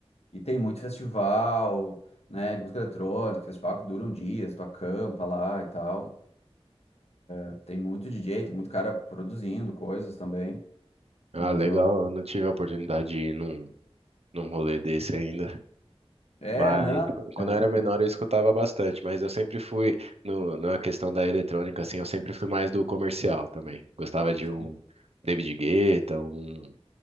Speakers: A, on the left; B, on the right.
A: E tem muito festival, né, de música eletrônica, festival que duram dias, tu acampa lá e tal. É, Tem muito DJ, tem muito cara produzindo coisas também.
B: Ah,
A: Então,
B: legal. Eu não tive a oportunidade de ir num, num rolê desse ainda.
A: é,
B: Mas
A: não,
B: quando eu era menor
A: eu
B: eu escutava bastante, mas eu sempre fui no, na questão da eletrônica, assim, eu sempre fui mais do comercial também. Gostava de
A: sim,
B: um David Guetta, um,